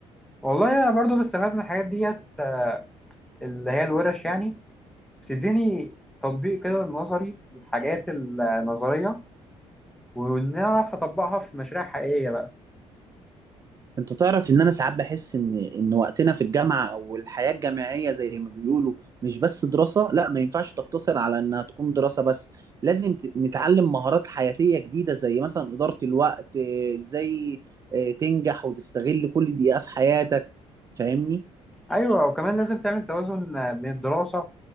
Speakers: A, in the centre; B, on the right (about 30°).
A: والله أنا برضو بستفاد من الحاجات ديت آه، اللي هي الورش يعني بتديني تطبيق كده نظري للحاجات النظرية وإن أنا أعرف أطبقها في مشاريع حقيقية بقى
B: انت تعرف ان انا ساعات بحس ان ان وقتنا في الجامعه او الحياه الجامعيه زي ما بيقولوا مش بس دراسه لا ما ينفعش تقتصر على انها تكون دراسه بس لازم ت- نتعلم مهارات حياتيه جديده زي مثلا اداره الوقت اه، ازاي اه، تنجح وتستغل كل دقيقه في حياتك فاهمني
A: ايوه وكمان لازم تعمل توازن آه، بين الدراسه